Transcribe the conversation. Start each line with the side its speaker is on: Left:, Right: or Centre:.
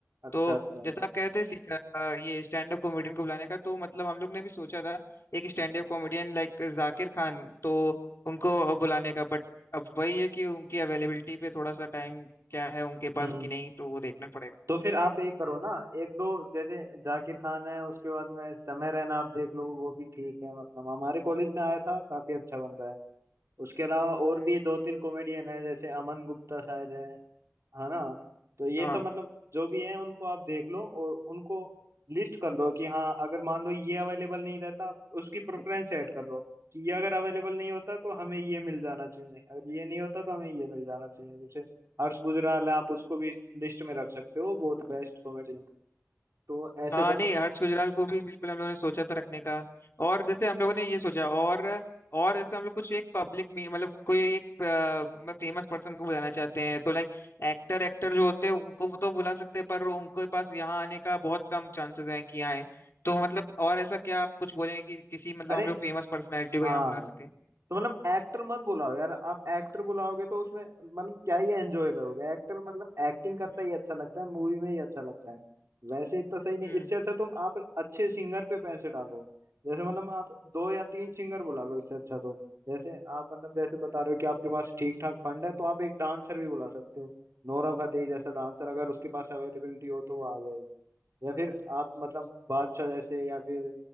Right: अच्छा
Left: तो
Right: अच्छा
Left: जैसा आप कह रहे थे सी- अ, अ, ये स्टैंड अप कॉमेडियन को बुलाने का तो मतलब हम लोग ने भी सोचा था एक stand up comedian like Zakir Khan तो उनको बुलाने का बट अब वही है कि उनकी अवेलेबिलिटी पे थोड़ा सा टाइम क्या है उनके पास
Right: हम्म
Left: कि नहीं तो वो देखना पड़ेगा
Right: तो फिर आप एक करो ना एक दो जैसे जाकिर खान है उसके बाद में समय रैना आप देख लो वो भी ठीक है मतलब हमारे कॉलेज में आया था काफी अच्छा बंदा है उसके अलावा और
Left: हम्म।
Right: भी दो तीन कॉमेडियन है जैसे अमन गुप्ता शायद है है ना तो ये
Left: हाँ
Right: सब मतलब जो भी है उनको आप देख लो और उनको लिस्ट कर लो कि हाँ अगर मान लो ये अवेलेबल नहीं रहता उसकी प्रेफरेंस ऐड कर लो कि ये अगर अवेलेबल नहीं होता तो हमें ये मिल जाना चाहिए अगर ये नहीं होता तो हमें ये मिल जाना चाहिए जैसे हर्ष गुजराल है आप उसको भी लिस्ट में रख सकते हो बहुत बेस्ट कॉमेडियन तो ऐसे
Left: हाँ
Right: करो
Left: नहीं हर्ष गुजराल को भी बिल्कुल हम लोगों ने सोचा था रखने का और जैसे हम लोगों ने ये सोचा और और जैसे हम लोग कुछ एक पब्लिक में मतलब कोई एक फेमस पर्सन को बुलाना चाहते हैं तो लाइक एक्टर एक्टर जो होते हैं उनको वो तो बुला सकते हैं पर उनके पास यहाँ आने का बहुत कम चांसेस हैं कि आए तो मतलब और ऐसा क्या आप कुछ बोलेंगे कि किसी मतलब
Right: अरे
Left: हम लोग फेमस पर्सनैलिटी को
Right: हाँ
Left: यहाँ बुला सकें
Right: तो मतलब एक्टर मत बुलाओ यार आप एक्टर बुलाओगे तो उसमें मतलब क्या ही एंजॉय करोगे एक्टर मतलब एक्टिंग करता
Left: हम्म।
Right: ही अच्छा लगता है मूवी में ही अच्छा लगता है वैसे इतना सही नहीं
Left: हम्म
Right: इससे अच्छा तुम आप अच्छे सिंगर पे पैसे डालो जैसे मतलब आप दो या तीन सिंगर बुला लो इससे अच्छा तो जैसे आप मतलब जैसे बता रहे हो कि आपके पास ठीक ठाक फंड है तो आप एक डांसर भी बुला सकते हो नोरा फतेही जैसा डांसर अगर उसके पास अवेलेबिलिटी हो तो वो आ जाएगी या फिर आप मतलब बादशाह जैसे या फिर